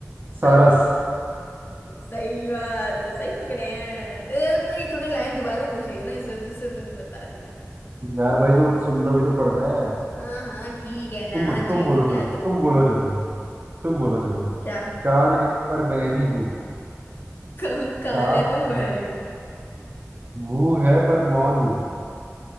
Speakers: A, on the right (about 40°); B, on the left (about 45°).
A: सारस
B: <laughs> सही बात सही पकड़े हैं ये तो ये तुमने लाइन दोबारा पूछी है ना इस वजह से तुमने बता दिया
A: यार भाई तो सुनना भी तो पड़ता है
B: हाँ हाँ ठीक है ना
A: तुम तुम
B: जीत
A: बोलो
B: गया
A: चलो
B: तो
A: तुम बोलो चलो तुम बोलो चलो
B: क्या
A: कान है पर बहरी हूँ
B: कान कान
A: कान
B: है तो बहरी
A: है
B: हूँ
A: मुंह है पर मौन हूँ